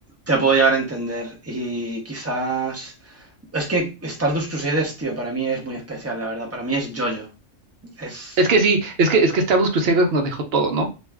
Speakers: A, on the right; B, on the right.
A: te puedo llegar a entender. Y quizás. Es que Stardust Crusaders, tío, para mí es muy especial, la verdad. Para mí es JoJo. Es.
B: Es que sí, es que, es que Stardust Crusaders nos dejó todo, ¿no?